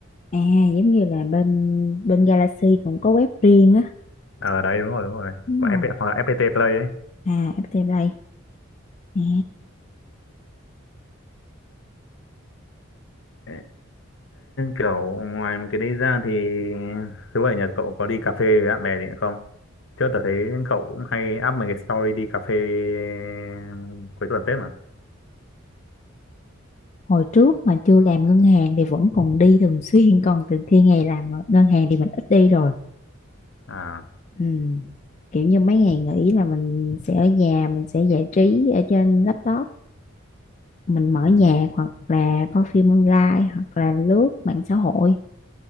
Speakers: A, on the left (about 35°); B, on the left (about 65°).
A: à giống như là bên bên Galaxy cũng có web riêng á
B: ở đấy đúng rồi đúng rồi
A: đúng
B: của
A: rồi
B: FPT, hoặc là FPT Play ấy
A: à FPT Play à
B: Thế kiểu ngoài mấy cái đấy ra thì thứ bảy nhật cậu có đi cà phê với bạn bè gì nữa không? Trước tớ thấy cậu cũng hay up mấy cái story đi cà phê ừ, cuối tuần phết mà.
A: hồi trước mà chưa làm ngân hàng thì vẫn còn đi thường xuyên còn từ khi ngày làm ở ngân hàng thì mình ít đi rồi
B: À,
A: ừ. kiểu như mấy ngày nghỉ là mình sẽ ở nhà mình sẽ giải trí ở trên laptop mình mở
B: ừ.
A: nhạc hoặc là coi phim online hoặc là lướt mạng xã hội